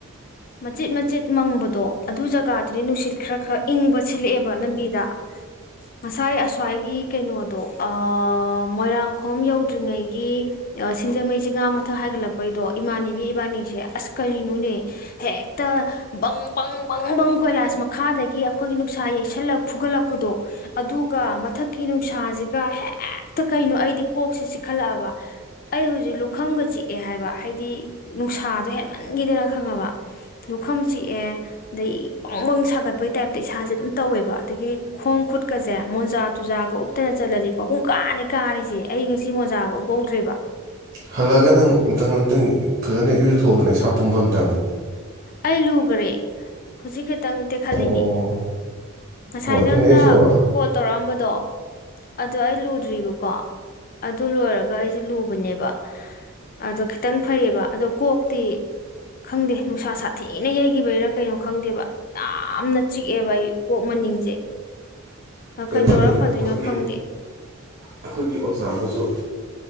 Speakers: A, on the left; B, on the right.
A: ꯃꯆꯤꯠ-ꯃꯆꯤꯠ ꯃꯪꯕꯗꯣ ꯑꯗꯨ ꯖꯒꯥ ꯗꯗꯤ ꯅꯨꯡꯁꯤꯠ ꯈꯔ-ꯈꯔ ꯏꯪꯕ ꯁꯤꯜꯂꯛꯑꯦꯕ ꯂꯝꯕꯤꯗ ꯉꯁꯥꯏ ꯑꯁ꯭ꯋꯥꯏꯒꯤ ꯀꯩꯅꯣꯗꯣ ꯑꯥ ꯃꯣꯏꯔꯥꯡꯈꯣꯝ ꯌꯧꯗ꯭ꯔꯤꯉꯩꯒꯤ ꯁꯤꯡꯖꯃꯩ ꯆꯤꯉꯥ ꯃꯊꯛ ꯍꯥꯏꯒꯠꯂꯛꯄꯩꯗꯣ ꯏꯃꯥꯅꯕꯤ ꯏꯕꯥꯅꯤꯁꯦ ꯑꯁ ꯀꯔꯤꯅꯣꯅꯦ ꯍꯦꯛꯇ ꯕꯪ ꯕꯪ ꯕꯪ ꯕꯪ ꯀꯣꯏꯂꯥꯁ ꯃꯈꯥꯗꯒꯤ ꯑꯩꯈꯣꯏꯒꯤ ꯅꯨꯡꯁꯥ ꯌꯩꯁꯜꯂ ꯐꯨꯒꯠꯂꯛꯄꯗꯣ ꯑꯗꯨꯒ ꯃꯊꯛꯀꯤ ꯅꯨꯡꯁꯥꯁꯤꯒ ꯍꯦꯛꯇ ꯀꯩꯅꯣ ꯑꯩꯗꯤ ꯀꯣꯛꯁꯤ ꯆꯤꯛꯈꯠꯂꯛꯑꯕ꯫ ꯑꯩ ꯍꯧꯖꯤꯛ ꯂꯨꯈꯝꯒ ꯆꯤꯛꯑꯦ ꯍꯥꯏꯕ ꯍꯥꯏꯗꯤ ꯅꯨꯡꯁꯥꯗꯣ ꯍꯦꯟꯃꯟꯈꯤꯗꯅ ꯈꯪꯉꯕ꯫ ꯂꯨꯈꯝ ꯆꯤꯛꯑꯦ ꯑꯗꯩ ꯄꯪ ꯄꯪ ꯁꯥꯒꯠꯄꯒꯤ ꯇꯥꯏꯞꯇ ꯏꯁꯥꯁꯦ ꯑꯗꯨꯝ ꯇꯧꯋꯦꯕ ꯑꯗꯒꯤ ꯈꯣꯡ ꯈꯨꯠꯀꯁꯦ ꯃꯣꯟꯖꯥ ꯇꯨꯖꯥꯒ ꯎꯞꯇꯅ ꯆꯠꯂꯗꯤꯀꯣ ꯄꯨꯡ ꯀꯥꯅꯤ ꯀꯥꯔꯤꯁꯦ꯫ ꯑꯩ ꯉꯁꯤ ꯃꯣꯖꯥꯒ ꯎꯞꯄꯧꯗ꯭ꯔꯦꯕ꯫
B: ꯍꯜꯂꯒ ꯅꯪ ꯑꯃꯨꯛꯇꯪ ꯑꯨꯝꯇꯪ ꯐꯖꯅ ꯏꯔꯨꯖꯥꯊꯣꯛꯎꯗꯅ ꯏꯁꯥ ꯄꯨꯝꯕ ꯑꯃꯇꯪ꯫
A: ꯑꯩ ꯂꯨꯒ꯭ꯔꯦ ꯍꯧꯖꯤꯛ ꯈꯤꯇꯪ ꯇꯦꯛꯈꯠꯂꯤꯅꯦ꯫
B: ꯑꯣ
A: ꯉꯁꯥꯏ
B: ꯑꯣ ꯑꯗꯨꯅꯦ
A: ꯅꯪꯅ
B: ꯑꯩꯁꯨ
A: ꯀꯣꯜ ꯇꯧꯔꯛꯑꯝꯕꯗꯣ ꯑꯗꯣ ꯑꯩ ꯂꯨꯗ꯭ꯔꯤꯕꯀꯣ ꯑꯗꯨ ꯂꯣꯏꯔꯒ ꯑꯩꯁꯦ ꯂꯨꯕꯅꯦꯕ ꯑꯗꯣ ꯈꯤꯇꯪ ꯐꯩꯌꯦꯕ ꯑꯗꯣ ꯀꯣꯛꯇꯤ ꯈꯪꯗꯦ꯫ ꯅꯨꯡꯁꯥ ꯁꯥꯊꯤꯅ ꯌꯩꯈꯤꯕꯩꯔꯥ ꯀꯩꯅꯣ ꯈꯪꯗꯦꯕ ꯌꯥꯝꯅ ꯆꯤꯛꯑꯦꯕ ꯑꯩ ꯀꯣꯛ ꯃꯅꯤꯡꯁꯦ ꯑ
B: ꯀꯩꯅꯣ
A: ꯀꯩꯗꯧꯔ
B: ꯇꯧꯋꯦ ꯑꯩꯈꯣꯏꯒꯤ
A: ꯐꯗꯣꯏꯅꯣ ꯈꯪꯗꯦ꯫
B: ꯑꯩꯈꯣꯏꯒꯤ ꯑꯣꯖꯥ ꯑꯃꯁꯨ